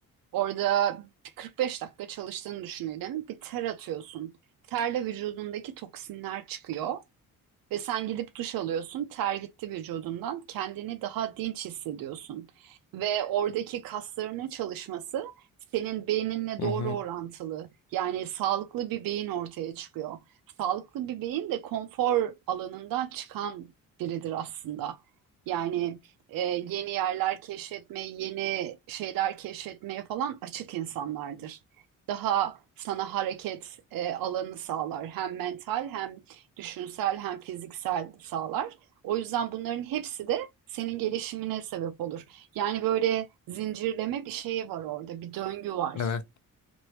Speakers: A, on the right; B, on the left.
A: Orada 45 dakika çalıştığını düşünelim. Bir ter atıyorsun. Terle vücudundaki toksinler çıkıyor. Ve sen gidip duş alıyorsun, ter gitti vücudundan, kendini daha dinç hissediyorsun. Ve oradaki kaslarının çalışması senin beyninle
B: Hı
A: doğru
B: hı,
A: orantılı. Yani sağlıklı bir beyin ortaya çıkıyor. Sağlıklı bir beyin de konfor alanından çıkan biridir aslında. Yani e, yeni yerler keşfetmeye, yeni şeyler keşfetmeye falan açık insanlardır. Daha sana hareket e, alanı sağlar. Hem mental hem düşünsel hem fiziksel sağlar. O yüzden bunların hepsi de senin gelişimine sebep olur. Yani böyle zincirleme bir şey var orada, bir döngü var.
B: evet.